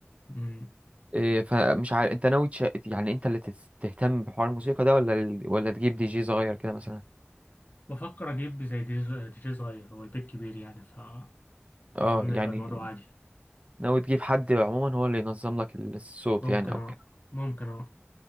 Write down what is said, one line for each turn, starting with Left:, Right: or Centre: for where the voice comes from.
Left: مم.
Right: إيه فمش عارف انت ناوي تش... يعني انت اللي تس- تهتم بحوار الموسيقى ده ولا ال... ولا تجيب دي جي صغير كده مثلا
Left: بفكر أجيب زي دي جي دي جي صغير هو البيت كبير يعني فأظن
Right: اه يعني
Left: يبقى الموضوع عادي
Right: ناوي تجيب حد عموما هو اللي ينظم لك الصوت
Left: ممكن
Right: يعني او
Left: اه
Right: كده
Left: ممكن اه